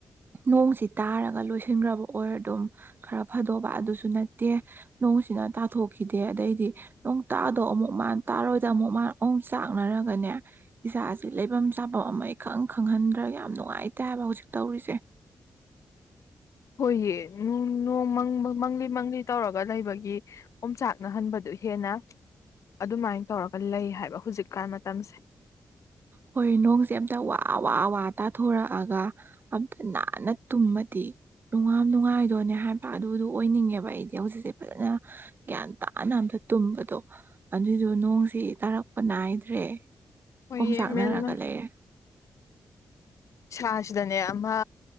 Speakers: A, on the right; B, on the left.
A: ꯅꯣꯡꯁꯤ ꯇꯥꯔꯒ ꯂꯣꯏꯁꯤꯟꯈ꯭ꯔꯕ ꯑꯣꯏꯔ ꯑꯗꯨꯝ ꯈꯔ ꯐꯗꯣꯛꯕ ꯑꯗꯨꯁꯨ ꯇꯦ ꯅꯣꯡꯁꯤꯅ ꯇꯥꯊꯣꯛꯈꯤꯗꯦ ꯑꯗꯩꯗꯤ ꯅꯣꯡ ꯇꯥꯗꯣ ꯑꯃꯨꯛ ꯃꯥꯥꯟ ꯇꯥꯔꯣꯏꯗ ꯑꯃꯨꯛ ꯃꯥ ꯑꯃꯨꯛ ꯆꯥꯛꯅꯔꯒꯅꯦ ꯏꯁꯥꯁꯤ ꯂꯩꯐꯝ ꯆꯥꯐꯝ ꯑꯃ ꯏꯈꯪ ꯈꯪꯍꯟꯗ꯭ꯔꯒ ꯌꯥꯝ ꯅꯨꯡꯉꯥꯏꯇꯥꯏꯕ ꯍꯧꯖꯤꯛ ꯇꯧꯔꯤꯁꯦ
B: ꯑꯩꯣꯏ ꯅꯣꯡ ꯃꯪꯂꯤ ꯃꯪꯂꯤ ꯇꯧꯔꯒ ꯂꯩꯕꯒꯤ ꯄꯣꯝꯆꯥꯛꯅꯍꯟꯕꯗꯨ ꯍꯦꯟꯅ ꯑꯗꯨꯃꯥꯏꯅ ꯇꯧꯔꯒ ꯂꯩ ꯍꯥꯏꯕ ꯍꯧꯖꯤꯛꯀꯥꯟ ꯃꯇꯝꯁꯦ
A: ꯍꯣꯏ ꯅꯣꯡꯁꯦ ꯑꯝꯇ ꯋꯥ ꯋꯥ ꯇꯥꯊꯣꯔꯛꯑꯒ ꯑꯝꯇ ꯅꯥꯟꯅ ꯇꯨꯝꯃꯗꯤ ꯅꯨꯡꯉꯥꯝ ꯅꯨꯡꯉꯥꯏꯗꯣꯅꯦ ꯍꯥꯏꯕ ꯑꯗꯨꯗꯣ ꯑꯣꯏꯅꯤꯡꯉꯦꯕ ꯑꯩꯗꯤ ꯍꯧꯖꯤꯛꯁꯦ ꯐꯖꯅ ꯒ꯭ꯌꯥꯟ ꯇꯥꯅ ꯑꯝꯇ ꯇꯨꯝꯕꯗꯣ ꯑꯗꯨꯏꯗꯣ ꯅꯣꯡꯁꯤ ꯇꯥꯔꯛꯄ ꯅꯥꯏꯗ꯭ꯔꯦ
B: ꯍꯣꯏꯌꯦ
A: ꯑꯣꯝ ꯁꯥꯛꯅꯔꯒ
B: ꯃꯦꯟꯃ
A: ꯂꯩꯔꯦ
B: ꯏꯁꯥꯁꯤꯗꯅꯦ ꯑꯃ